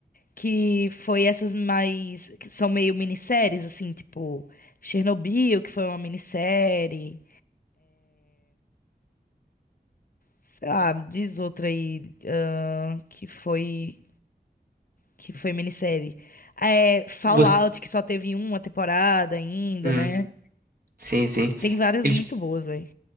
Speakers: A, on the left (about 55°); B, on the right (about 60°).
A: que foi essas mais, que são meio minisséries, assim, tipo Chernobyl, que foi uma minissérie, sei lá, diz outra aí, ahn, que foi, que foi minissérie. É, Fallout,
B: Você...
A: que só teve uma temporada ainda,
B: Hum,
A: né?
B: sim, sim.
A: Tem várias
B: Eles
A: muito boas, velho.